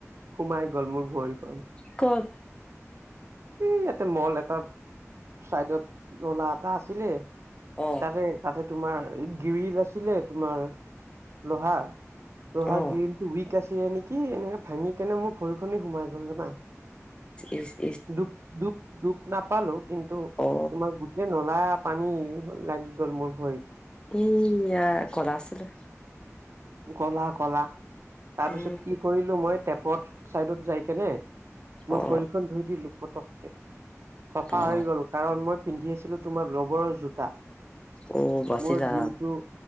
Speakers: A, on the right; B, on the left.
A: সোমাই গল মোৰ ভৰিখন।
B: ক'ত?
A: এই ইয়াতে, মল এটা চাইডত নলা এটা আছিলে।
B: অ
A: তাতে তাতে তোমাৰ গিৰিল আছিলে তোমাৰ। লোহাৰ। লোহাৰ
B: অ
A: গ্ৰিণটো উইক আছ টিয়ে নেকি এনেকে ভাঙি কেনে মোৰ ভৰিখনি সোমাই গ'ল জানা।
B: ইচ্-ইচ্।
A: দুপ দুপ দুপ নাপালোঁ। কিন্তু
B: অ
A: তোমাৰ গোটেই নলা পানী লাগি গ'ল মোৰ ভৰিত।
B: এয়া ক'লা আছিলে।
A: ক'লা ক'লা। তাৰ
B: উম
A: পিছত কি কৰিলো মই টেপ পথ চাইডত যাই কেনে মোৰ
B: অ
A: ভৰিখন ধুই দিলো পতকে। চাফা
B: বা
A: হৈ গ'ল। কাৰণ মই পিন্ধি আছিলো তোমাৰ ৰবৰৰ জোতা।
B: অ বাচিলা
A: মোৰ দিনটো